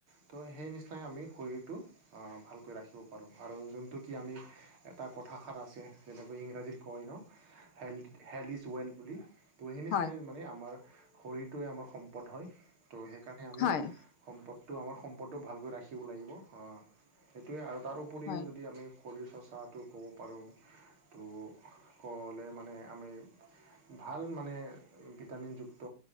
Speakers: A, on the right; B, on the left.
A: ত' সেই নিচিনাকে আমি শৰীৰটো আ ভালকৈ ৰাখিব পাৰোঁ আৰু যোনটো কি আমি এটা কথাষাৰ আছে যেনেকৈ ইংৰাজীত কয় ন'? Health health is to well বুলি। ত ' সেই নিচিনাকে
B: হয় হয় হয়
A: মানে আমাৰ শৰীৰটোৱে আমাৰ সম্পদ হয়। ত' সেইকাৰণে আমি
B: হয়
A: সম্পদটো, আমাৰ সম্পদটো ভালকৈ ৰাখিব লাগিব। আ সেইটোৱে আৰু তাৰ উপৰিও
B: হয়
A: যদি আমি শৰীৰ চৰ্চাটো ক'ব পাৰোঁ, তো কবলে মানে আমি,,, ভাল, মানে ভিটামিনযুক্ত